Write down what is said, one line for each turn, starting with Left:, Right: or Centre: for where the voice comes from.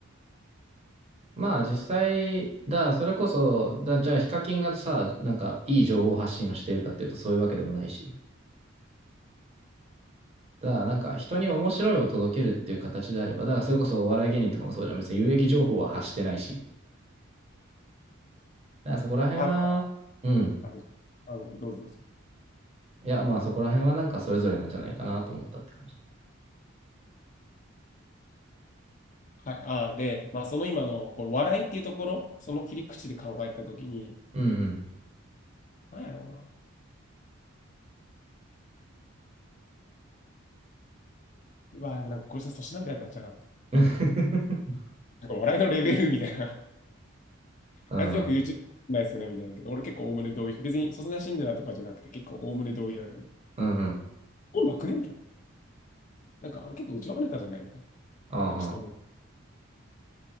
Right: まあ実際、だ、それこそ、だ、じゃあヒカキンがさ、なんかいい情報発信をしているかっていうとそういうわけでもないし、だ、なんか人に面白いを届けるっていう形であれば、
Left: あ、
Right: だからそれこそお笑い芸人とかもそうじゃん、別に有益情報は発してないし、だからそこら辺は、
Left: あ、
Right: うん。
Left: うんあごあごめんどうぞどうぞ。
Right: いや、まあそこら辺はなんかそれぞれなんじゃないかなと思ったって感じ。
Left: はい。あ、で、まあ、その今の、この笑いっていうところ、その切り口で考えたときに、
Right: うんうん。
Left: なんやろうな。うわ、でもなんかこれじゃ粗品みたいになっちゃうな。
Right: <laughs>
Left: なんか笑いのレベルみたいな
Right: うん、
Left: あいつよく YouTube ないですよね、みたいなけど、俺結構おおむね同意。別に、そんな信者とかじゃなくて、結構おおむね同意なのに。
Right: うん、うん。
Left: 本なくねみたいな。なんか、あれ結構内輪ネタじゃないみたいな。
Right: ああはん
Left: でもちょっと思って